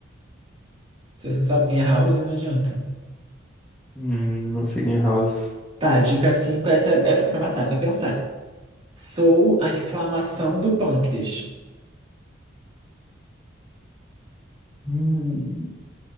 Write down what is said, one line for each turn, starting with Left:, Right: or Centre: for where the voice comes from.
Right: Se você não sabe quem é House, não adianta.
Centre: Hum, eu não sei quem é House.
Right: Tá, dica 5, essa é é pra matar, é só pensar. Sou a inflamação do pâncreas.
Centre: Hum,